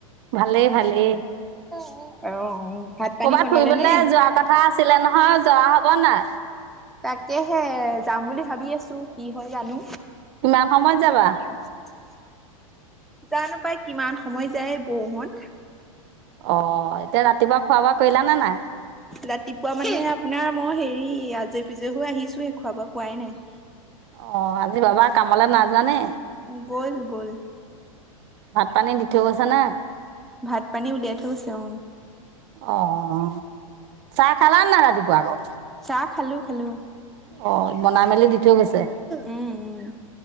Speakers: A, on the right; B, in the centre.
A: ভালেই, ভালেই।
B: <inaudible>
A: ক'বাত
B: বনালে
A: ফুৰিবলৈ
B: নে?
A: যোৱা কথা আছিলে নহয় যোৱা হ'ব নাই?
B: তাকেহে যাম বুলি ভাবি আছো কি হয় জানো।
A: কিমান সময়ত যাবা?
B: <unintelligible> জানো পাই কিমান সময়ত যায় বৌহঁত।
A: অ' এতিয়া ৰাতিপুৱা খোৱা বোৱা কৰিলা নে নাই?
B: ৰাতিপুৱা মানে আপোনাৰ মই হেৰি আজৰি পিজৰি হৈ আহিছোহে খোৱা বোৱা কৰাই নাই।
A: অ' আজি বাবা কামলে না যোৱা নে?
B: গ'ল গ'ল।
A: ভাত পানী দি থৈ গৈছা নে?
B: ভাত পানী উলিয়াই থৈ গৈছে অ'।
A: অ' চাহ খালা নে নাই ৰাতিপুৱা আকৌ?
B: চাহ খালোঁ খালোঁ।
A: অ' বনাই মেলি দি থৈ গৈছে।
B: উম, উম